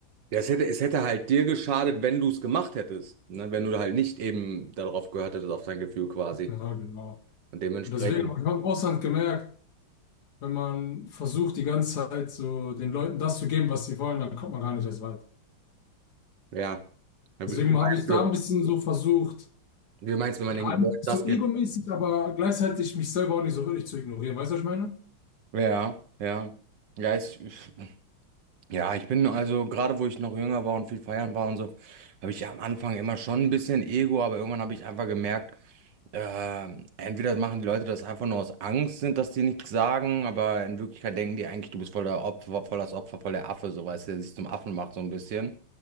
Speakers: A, on the right; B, on the left.
A: Ja, es hätte, es hätte halt dir geschadet, wenn du es gemacht hättest. Ne? Wenn du halt nicht eben darauf gehört hättest, auf dein Gefühl quasi.
B: Ja, genau.
A: Und dementsprechend,
B: Und deswegen habe ich auch im Ausland gemerkt, wenn man versucht, die ganze Zeit so den Leuten das zu geben, was sie wollen, dann kommt man gar nicht erst weit.
A: ja. Ja,
B: Deswegen
A: Wie wie meinst
B: habe ich da
A: du,
B: ein bisschen so versucht,
A: wie meinst du, wenn
B: gar
A: man den
B: nicht
A: Leuten
B: so
A: das geht?
B: egomäßig, aber gleichzeitig mich selber auch nicht so wirklich zu ignorieren. Weißt du, was ich meine?
A: Ja, ja. Ja, ich, ich- ja, ich bin also, gerade wo ich noch jünger war und viel feiern war und so, habe ich am Anfang immer schon ein bisschen Ego, aber irgendwann habe ich einfach gemerkt, Ähm, entweder machen die Leute das einfach nur aus Angst, sind, dass die nichts sagen, aber in Wirklichkeit denken die eigentlich, du bist voll der Opfer, voll das Opfer, voll der Affe, so weißt du, der sich zum Affen macht, so ein bisschen.